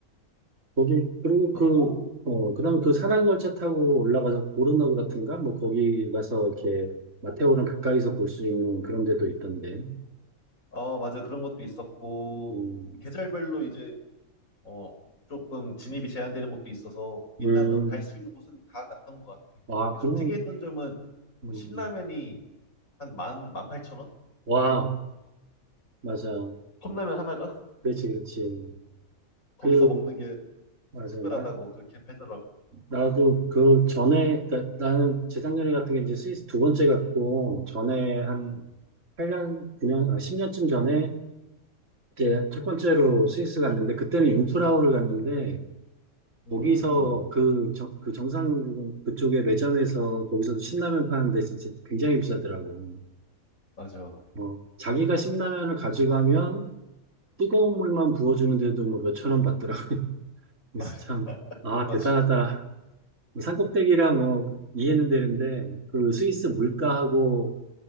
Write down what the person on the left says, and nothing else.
있었고,
어, 맞아. 그런 것도 있었고,
계절별로 이제, 어, 조금 진입이 제한되는 곳도 있어서 일단은
갈 수 있는 곳은 다 갔던 것 같아.
근데
좀 특이했던 점은 뭐
신라면이 한 만, 만 팔천 원?
컵라면 하나가?
거기서
먹는 게
좀 특별하다고
그렇게 팔더라고.
음.
음,
맞아.
맞아.
<laughs> 맞아.